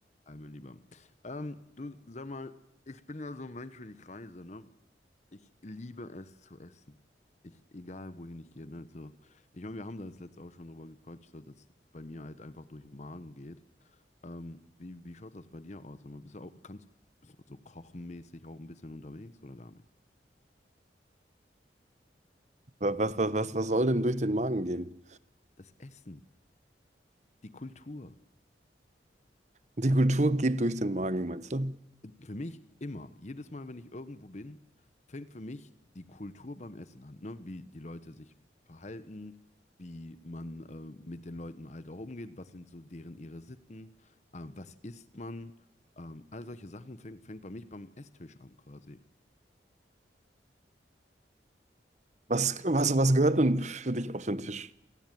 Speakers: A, on the left; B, on the right.
A: Hi, mein Lieber. Ähm, du, sag mal, ich bin ja so ein Mensch, wenn ich reise, ne? Ich liebe es zu essen. Ich, egal wohin ich gehe, ne? So, ich meine, wir haben da das letzte auch schon drüber gequatscht, so dass bei mir halt einfach durch den Magen geht. Ähm, wie, wie schaut das bei dir aus? Sag mal, bist du auch, kannst, bist du so kochenmäßig auch ein bisschen unterwegs oder gar nicht?
B: Was, was, was, was soll denn durch den Magen gehen?
A: Das Essen, die Kultur.
B: Die Kultur geht durch den Magen, meinst du?
A: Für mich immer, jedes Mal, wenn ich irgendwo bin, fängt für mich die Kultur beim Essen an, ne? Wie die Leute sich verhalten, wie man äh, mit den Leuten halt auch umgeht, was sind so deren ihre Sitten, äh, was isst man, ähm, all solche Sachen fängt, fängt bei mich beim Esstisch an quasi.
B: Was, was, was gehört denn für dich auf den Tisch?